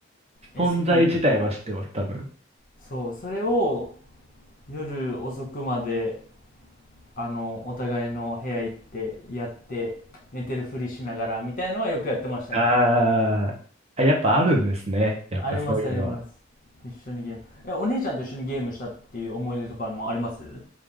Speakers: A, on the left (about 45°); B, on the right (about 35°).
A: SP
B: 存在自体は知ってます、多分。
A: そうそれを夜遅くまであのお互いの部屋行ってやって寝てるふりしながらみたいのはよくやってましたね
B: あーあ、やっぱあるんですね。やっぱそういうのは。
A: ありますあります一緒にゲームえお姉ちゃんと一緒にゲームしたっていう思い出とかもありますうん